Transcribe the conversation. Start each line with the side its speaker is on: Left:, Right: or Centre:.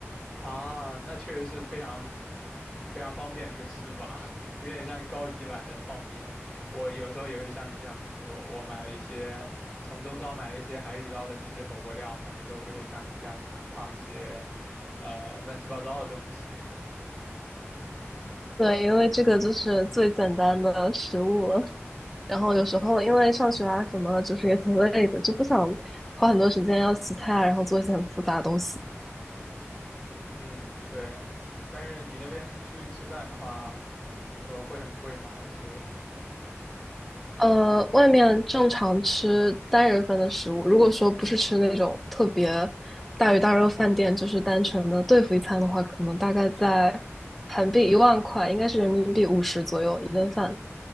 Left: 啊，那确实是非常非常方便的一个吃法，<laughs> 有点像高级版的泡面。我有时候也会像你这样子做，我买了一些，从中超买了一些海底捞的那些火锅料嘛，有时候就会像你这样子烫一些，呃，乱七八糟的东西。
Centre: <laughs> 对，因为这个就是最简单的食物了。然后有时候因为上学啊什么的，就是也挺累的，就不想花很多时间要洗菜，然后做一些很复杂的东西。
Left: <laughs> 嗯，对。但是你那边出去吃饭的话，怎么说会很贵吗？还是？
Centre: 呃，外面正常吃单人份的食物，如果说不是吃那种特别大鱼大肉饭店，就是单纯的对付一餐的话，可能大概在韩币一万块，应该是人民币五十左右一顿饭。